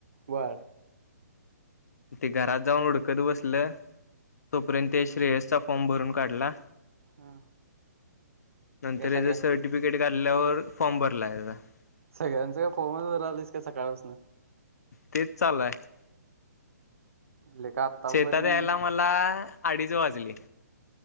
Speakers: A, on the right; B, on the left.
A: बर
B: ते घरात जाऊन हुडकत बसल तोपर्यंत श्रेयसचा फॉर्म भरून काढला.
A: हा
B: नंतर
A: पैसा
B: याचा
A: घे
B: सर्टिफिकेट घाल्ल्यावर फॉर्म भरला आहेचा <unintelligible>
A: सगळ्यांचं का फोनच करालीस का सकाळपासन
B: तेच चालु आहे.
A: लेका आतापर्यंत
B: शेतात यायला मला अडीच वाजले.